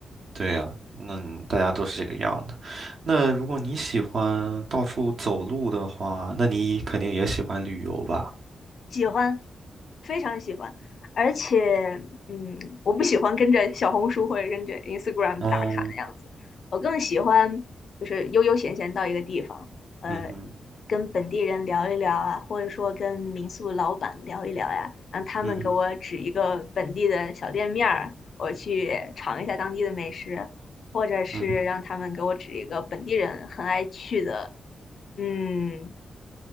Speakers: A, on the right; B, on the left.
A: 对呀，那大家都是这个样的。那如果你喜欢到处走路的话，那你肯定也喜欢旅游吧？
B: 喜欢，非常喜欢，而且，嗯，我不喜欢跟着小红书或者跟着 Instagram
A: 哦，
B: 打卡的样子，我更喜欢就是悠悠闲闲到一个地方，呃，
A: 嗯哼，
B: 跟本地人聊一聊啊，或者说跟民宿老板聊一聊呀，让他们给我指一个本地的小店面儿，
A: 嗯哼，
B: 我去尝一下当地的美食，或者是让他们给我指一个本地人很爱去的，
A: 嗯哼，
B: 嗯。